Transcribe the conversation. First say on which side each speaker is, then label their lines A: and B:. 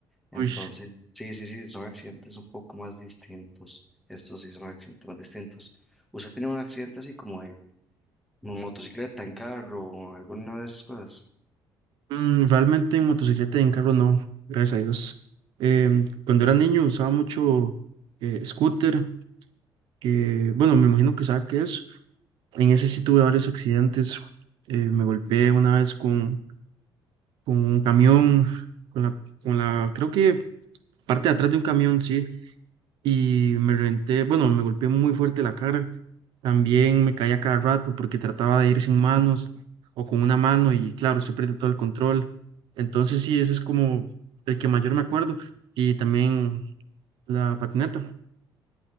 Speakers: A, in the centre; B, on the right.
A: Entonces,
B: Uy.
A: sí, sí, sí, son accidentes un poco más distintos. Estos sí son accidentes más distintos. ¿Usted ha tenido un accidente así como de motocicleta, en carro, alguna de esas cosas?
B: Mm, realmente en motocicleta y en carro no, gracias a Dios. Em, cuando era niño usaba mucho eh, scooter, que bueno, me imagino que sabe qué es. En ese sí tuve varios accidentes. eh, me golpeé una vez con, con un camión, con la, con la, creo que parte de atrás de un camión, sí, y me reventé, bueno, me golpeé muy fuerte la cara También me caía cada rato porque trataba de ir sin manos o con una mano y claro, se pierde todo el control. Entonces sí, ese es como el que mayor me acuerdo. Y también la patineta.